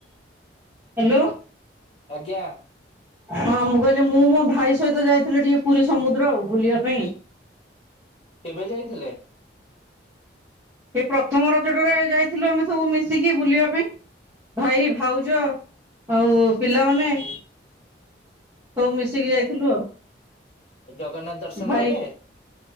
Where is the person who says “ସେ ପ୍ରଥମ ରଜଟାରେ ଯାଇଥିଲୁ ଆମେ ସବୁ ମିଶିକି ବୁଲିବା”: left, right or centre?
Right